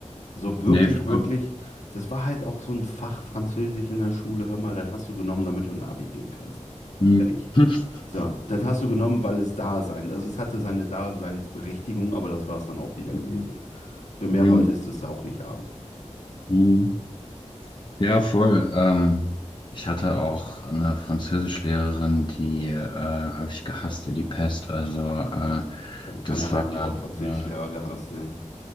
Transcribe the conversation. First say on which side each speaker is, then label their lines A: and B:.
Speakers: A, on the left; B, on the left.
A: So wirklich,
B: Nee, voll.
A: wirklich, das war halt auch so ein Fach Französisch in der Schule. Hör mal, das hast du genommen, damit du in Abi gehen kannst.
B: Mhm.
A: Fertig.
B: <laughs>
A: So, dann hast du genommen, weil es da sein, also es hatte seine Daseinsberechtigung, aber das war es dann auch wieder
B: Mhm.
A: gewesen. Für mehr
B: Ja.
A: wolltest du es auch nicht haben.
B: Mhm. Ja, voll. Ähm, ich hatte auch eine Französischlehrerin, die äh, habe ich gehasst wie die Pest. Also äh,
A: Dann
B: das
A: Alle haben
B: war
A: ihre
B: äh,
A: Französischlehrer gehasst, ne?